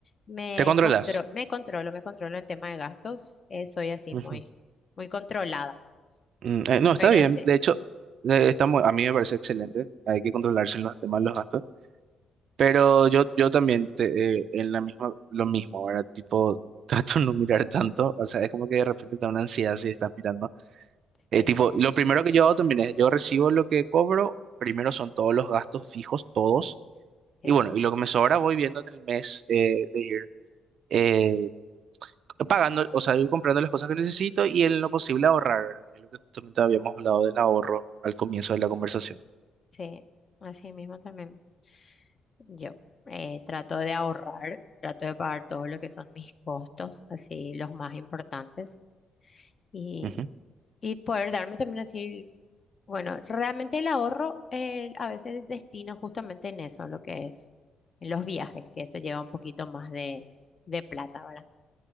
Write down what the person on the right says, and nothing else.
Te controlas.
Ujú.
Mm, eh, no, está
bien.
De hecho, eh, está mu- a mí me parece excelente. Hay que controlarse en los temas de los gastos. Pero yo, yo también te- eh, en la misma, lo mismo, ¿verdad? Tipo, <laughs> trato de no mirar tanto, o sea, es como que de repente te da una ansiedad si estás mirando. Eh,
tipo, lo primero que yo hago también es, yo recibo lo que cobro, primero son todos los gastos fijos, todos,
y bueno, y lo que me sobra voy viendo en el mes eh, de ir eh, pagando, o sea, ir comprando las cosas que necesito y en lo posible ahorrar, ¿verdad? Que es lo que justamente habíamos hablado del ahorro al comienzo de la conversación.
Ujú,